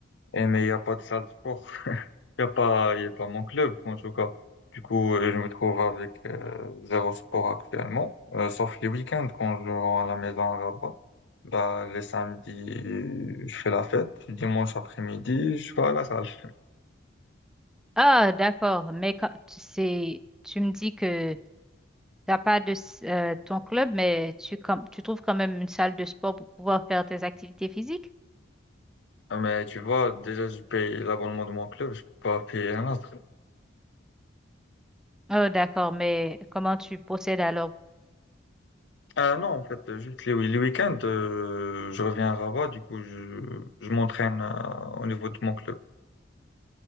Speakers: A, on the left; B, in the centre.
A: Eh, mais il n'y a pas de salle de sport. <laughs> Il n'y a pas, il y a pas mon club, en tout cas. Du coup, euh, je me trouve avec euh, zéro sport actuellement, euh, sauf les week-ends quand je rentre à la maison à Rabat. Bah, les samedis, je fais la fête. Le Dimanche après-midi, je vais à la salle. <laughs>
B: Ah, d'accord. Mais quand, tu sais, tu me dis que t'as pas de s- euh, ton club, mais tu, com- tu trouves quand même une salle de sport pour pouvoir faire tes activités physiques?
A: Ah, Mais tu vois, déjà, je paye l'abonnement de mon club, je peux pas payer un autre.
B: Oh, d'accord. Mais comment tu procèdes alors?
A: Ah non, en fait, juste les, les week-ends, euh, je reviens à Rabat, du coup, je, je m'entraîne euh, au niveau de mon club.